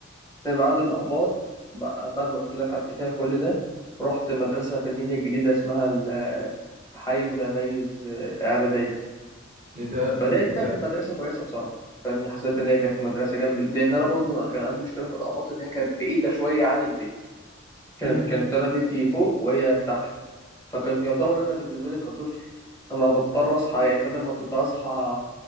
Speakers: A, on the left; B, on the right.
A: بعد الأباط بقى- بعد ما قلت لك قعدت فيها كل ده رحت مدرسة في المنيا الجديدة اسمها ال- حي متميز آه، إعدادية
B: إيه ده
A: فده
B: طب
A: ده
B: أنت
A: كانت مدرسة كويسة بصراحة فاهمني حسيت إن هي كانت مدرسة جنب لأن أنا برضو كان عندي مشكلة في الأباط إن هي كانت بعيدة شوية عن البيت كانت
B: هم
A: كانت أنا بيتي فوق وهي تحت فكان يعتبر أنا بالنسبة لي كطفل أنا بضطر أصحى يعني بدل ما كنت أصحى